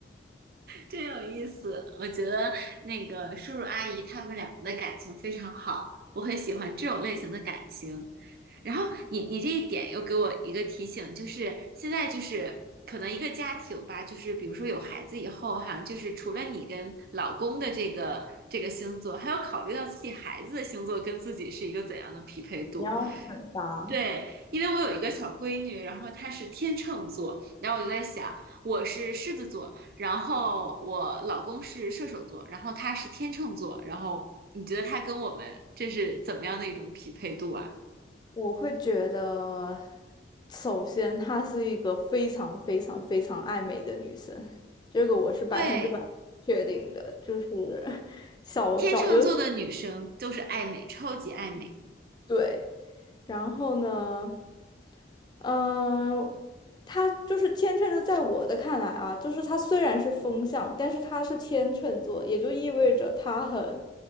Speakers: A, on the right; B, on the left.
A: 真有意思，我觉得那个叔叔阿姨他们两个的感情非常好，我很喜欢这种类型的感情。然后你你这一点又给我一个提醒，就是现在就是可能一个家庭吧，就是比如说有孩子以后哈，就是除了你跟老公的这个这个星座，还要考虑到自己孩子的星座跟自己是一个怎样的匹配度。
B: 你要很搭。
A: 对，因为我有一个小闺女，然后她是天秤座，然后我就在想，我是狮子座，然后我老公是射手座，然后他是天秤座，然后你觉得他跟我们这是怎么样的一种匹配度啊？
B: 我会觉得，首先她是一个非常非常非常爱美的女生，这个我是百分之百确定的，
A: 对，
B: 就是小小有
A: 天秤座的女生就是爱美，超级爱美
B: 对。然后呢，嗯、他就是天秤座，在我的看来啊，就是他虽然是风象，但是他是天秤座，也就意味着他很，